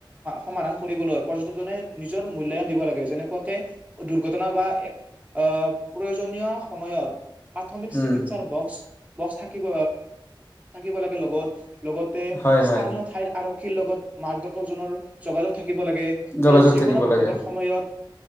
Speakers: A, on the right; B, on the left.
A: সমাধান কৰিবলৈ- পৰ্যটকনে নিজৰ মূল্যবান দিব লাগে। যেনে- এনেকুৱা কে দুৰ্ঘটনা বা' আঁহ প্ৰয়োজনীয় সময়ত- প্ৰাথমিক
B: উম
A: চিকিৎসাৰ বক্স- থাকিব, থাকিব লাগে, লগত- লগতে
B: হয়
A: স্থানীয়
B: হয়
A: ঠাইৰ আৰু- লগত মাৰ্গদৰ্শকজনৰ যোগা-যোগ- থাকিব লাগে। তা'তে
B: যোগাযোগ
A: যিকোনো
B: থাকিব
A: বিপদৰ
B: লাগে
A: সময়ত,